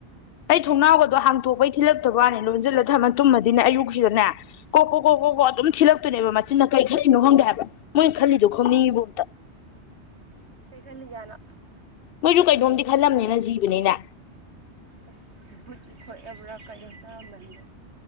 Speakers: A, on the left; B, on the right.
A: ꯑꯩ ꯊꯣꯡꯅꯥꯎꯒꯗꯣ ꯍꯥꯡꯇꯣꯛꯄꯩ ꯊꯤꯜꯂꯛꯇꯕ ꯋꯥꯅꯤ ꯂꯣꯟꯁꯤꯜꯂ ꯊ ꯇꯨꯝꯃꯗꯤꯅꯦ ꯑꯌꯨꯛꯁꯤꯗꯅꯦ ꯀꯣ ꯀꯣ ꯀꯣ ꯀꯣ
B: ꯑꯥ
A: ꯀꯣ ꯑꯗꯨꯝ ꯊꯤꯂꯛꯇꯣꯏꯅꯦꯕ ꯃ ꯑꯁꯤꯅ ꯀꯔꯤ ꯈꯜꯂꯤꯅꯣ ꯈꯪꯗꯦ ꯍꯥꯏꯕ ꯃꯣꯏ ꯈꯜꯂꯤꯗꯣ ꯈꯪꯅꯤꯡꯤꯕꯣ ꯑꯝꯇ
B: ꯀꯩ ꯈꯜꯂꯤꯖꯅꯣ
A: ꯃꯣꯏꯁꯨ ꯀꯩꯅꯣꯝꯗꯤ ꯈꯜꯂꯝꯅꯤꯅ ꯖꯤꯕꯅꯤꯅ
B: ꯑꯁ ꯕꯨꯠ ꯊꯣꯛꯑꯕ꯭ꯔꯥ ꯀꯔꯤꯗꯧ ꯀꯥꯃꯅꯤꯗ